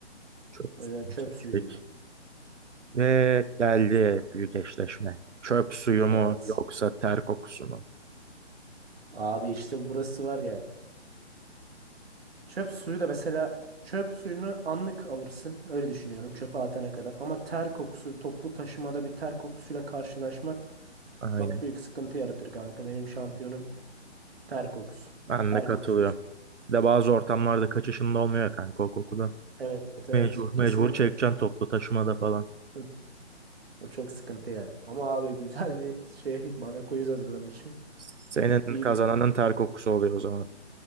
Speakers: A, on the right; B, on the right.
A: Çöp
B: O
A: suyunu
B: yüzden çöp
A: seçtik.
B: suyu diyorum.
A: Ve geldi büyük eşleşme. Çöp suyu
B: Evet.
A: mu yoksa ter kokusu mu?
B: Abi işte burası var ya. Çöp suyu da mesela çöp suyunu anlık alırsın. Öyle düşünüyorum çöpe atana kadar. Ama ter kokusu, toplu taşımada bir ter kokusuyla karşılaşmak
A: Aynen.
B: çok büyük sıkıntı yaratır kanka. Benim şampiyonum ter kokusu.
A: Ben
B: Ter
A: de katılıyorum.
B: kokusunu seçiyorum.
A: Bir de bazı ortamlarda kaçışında olmuyor ya kanka o kokudan.
B: Evet evet
A: Mecbur, mecbur
B: kesinlikle.
A: çekeceksin toplu taşımada falan.
B: Hı, O çok sıkıntı ya. Ama abi güzel bir şey bana quiz hazırlamışsın.
A: Senin
B: Hani iyiydi.
A: kazananın ter kokusu oluyor o zaman.